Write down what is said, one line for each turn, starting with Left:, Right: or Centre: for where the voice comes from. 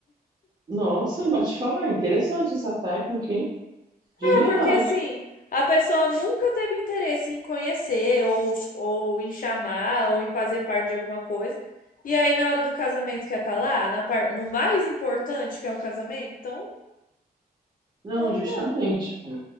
Right: Nossa, mas te falar, interessante essa técnica, hein? De verdade.
Left: Porque assim, a pessoa nunca teve interesse em conhecer, ou, ou em chamar, ou em fazer parte de alguma coisa. E aí, na hora do casamento, quer estar lá, na par... no mais importante que é o casamento, então
Right: Não,
Left: aí
Right: justamente.
Left: não.